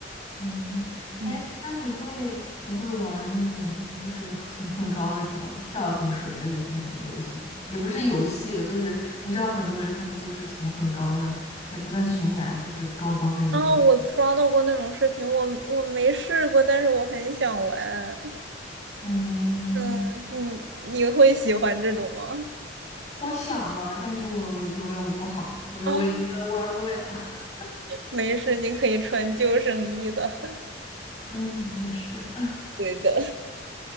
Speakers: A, on the left; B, on the right.
A: 嗯，
B: 嗯，
A: 哎，那你会你会玩儿那种就是从很高的地方跳进水里的那种游戏吗也不是游戏吧，就是你知道很多人他们就是从很高的，也不算悬崖，就是高高的一个，
B: 哦，我刷到过那种视频，我我没试过，但是我很想玩。
A: 嗯，
B: 嗯，你你会喜欢这种吗？
A: 我想玩儿但是我游泳不好，所以我应该玩儿不了。
B: 啊，
A: <laughs>
B: 没事，你可以穿救生衣的。<laughs>
A: 嗯，也是。
B: 对的。